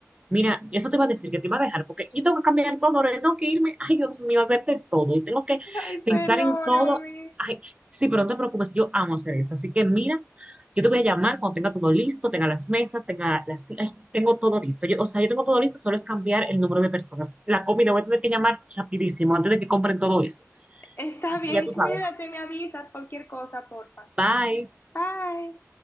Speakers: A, on the right (about 20°); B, on the left (about 45°).
A: Mira, eso te va a decir que te va a dejar, porque yo tengo que cambiar todo, ahora yo tengo que irme, ay Dios mío, hacer de todo, y tengo que
B: Ay,
A: pensar
B: perdóname.
A: en todo, ay, sí, pero no te preocupes, yo amo hacer eso, así que mira, yo te voy a llamar cuando tenga todo listo, tenga las mesas, tenga las, ay, tengo todo listo, yo, o sea, yo tengo todo listo, solo es cambiar el número de personas, la comida voy a tener que llamar rapidísimo antes de que compren todo eso,
B: Está
A: así
B: bien,
A: que ya tú
B: cuídate,
A: sabes,
B: me avisas cualquier cosa, porfa.
A: bye.
B: Bye.